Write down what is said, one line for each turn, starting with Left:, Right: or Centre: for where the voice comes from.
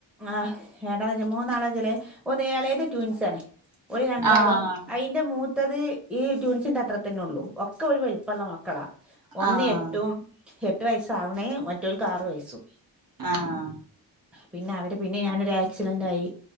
Centre: ആഹ് വേണ്ടാന്ന് വെച്ചാൽ മൂന്നാളാച്ചാൽ പുതിയ ഏളേത് ട്യൂൻസാണ് ഓൽ രണ്ടാളും
Right: ആഹ്
Centre: അയിന്റെ മൂത്തത് ഈ ട്വിൻസിന്റെ അത്ര തന്നെ ഒള്ളു ഒക്കെ ഒരു വെലിപ്പള്ള മക്കളാ ഒന്ന്
Right: ആഹ്
Centre: എട്ടും എട്ട് വയസ്സ ആവണേ മറ്റവൾക്ക് ആറു വയസ്സും
Right: ആഹ്
Centre: പിന്നെ അവര് പിന്നെ ഞാനൊരു ആക്സിഡന്റായി